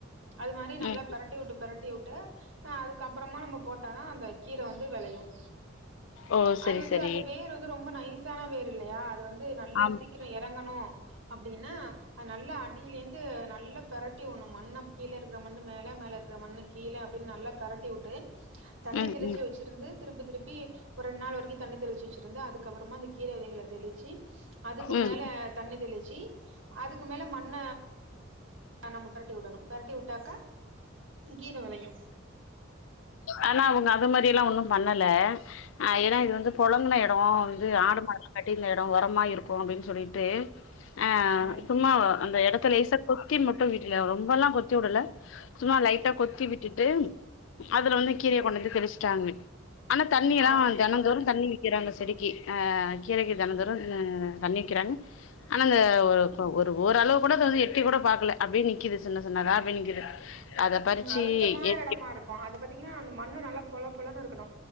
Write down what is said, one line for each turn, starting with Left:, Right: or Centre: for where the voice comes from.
Right: அது மாரி நல்லா
Left: ம்.
Right: பெரட்டிவுட்டு பெரட்டிவுட்டு அதுக்கு அப்பறமா நம்ம போட்டாதா அந்த கீரை வந்து வெளையும்
Left: ஓ சரி
Right: அது வந்து
Left: சரி
Right: அந்த வேர் வந்து ரொம்ப நைஸான வேர் இல்லையா அது வந்து நல்லா
Left: ஆம்
Right: சீக் கிறோ எறங்கணு அப்டினா அது நல்லா அடியிலேந்து நல்லா பெரட்டிவுன்னோ மண்ண கீழ இருக்கற மண் ணு மேல மேல இருக்கற மண்ணு கீழ அப்பின்னு நல்லா பெரட்டிவுட்டு தண்ணி
Left: ம்
Right: தெளிச்சி
Left: ம்
Right: வெச்சிருந்து திருப்பி திருப்பி ஒரு ரெண்நாள் வெரிக்கும் தண்ணி தெளிச்சு வெச்சிருந்து அதுக்க அப்பறமா அந்த கீரை வெதைகள தெளிச்சி அதுக்கு
Left: ம்
Right: மேல தண்ணி தெளிச்சி அதுக்கு மேல மண்ண நம்ம பெரட்டி விடணு பெரட்டி வுட்டாக்கா கீர வெளயு
Left: ஆனா அவுங்க அது மாரியல்லா ஒன்னு பண்ணல ஆ ஏனா இது வந்து பொழங்குன எட் அப்றோ வந்து ஆடு மாடெல்லா கட்டிர்ந்த எடோ ஒரமா இருக்கு அப்டின் சொல்லிட்டு ஆ
Right: ம்
Left: சும்மாவ அந்த எடத்த லேசா கொத்தி மட்டு வீடல ரொம்பலா கொத்தி வுடுல சும்மா லைட்டா கொத்தி விட்டுட்டு அதுல வந்து கீரய கொண்டந்து தெளிச்சிட்டாங்க ஆனா தண்ணிலா
Right: ஆப்
Left: தெனந் தோறு தண்ணி வக்கிறாங்க செடிக்கு ஆ கீரக்கி தெனந் தோரு தண்ணிக்கிறாங்க ஆன இந்த ஒ ப்ப ஒரு ஓர்ளவு கூட அத வந்து எட்டி கூட பாக்ல அப்டியே நிக்குது சின்ன சின்னதா அப்பியே நிக்குது அத பறிச்சு
Right: ம் அழுத்தமான
Left: எ
Right: எடமா இருக் கோ அது பாத்தீங்கனா அந்த மண்ணு நல்லா பொல பொலனு இருக்குணு